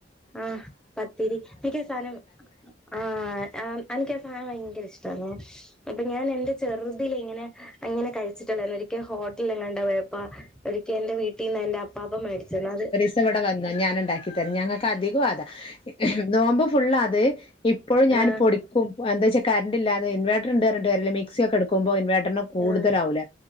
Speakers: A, in the centre; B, on the left.
A: ആഹ് പത്തിരി എനിക്ക് ആ സാനം ആഹ് അഹ് അൻക്ക സാനം ഭയങ്കര ഇഷ്ട്ടാന്നു അപ്പൊ ഞാൻ എന്റെ ചെറുതിൽ ഇങ്ങനെ ഇങ്ങനെ കഴിച്ചിട്ടുണ്ടാര്ന്ന് ഒരിക്കെ ഹോട്ടൽല് എങ്ങാണ്ടോ പോയപ്പൊ ഒരിക്കെ എന്റെ വീട്ടീന്ന് എന്റെ അപ്പാപ്പ മേടിച്ചന്ന് അത്
B: ത്തവിടെ വന്നോ ഞാൻ ഇണ്ടാക്കി തരാ ഞങ്ങൾക്ക് അധികം അതാ നോമ്പ് ഫുള്ള് അത് ഇപ്പോഴും ഞാന്
A: ആഹ്
B: പൊടിക്കും എന്താ വെച്ചാ കരണ്ട്ല്ലാതെ ഇൻവേട്ട്ർണ്ട്ന്നർഞ് ട്ടര്യല്ല മിക്സി ഒക്കെ ഇടുക്കുമ്പോ ഇൻവർട്ടറിന് കൂടുതലാവുലെ
A: ആഹ്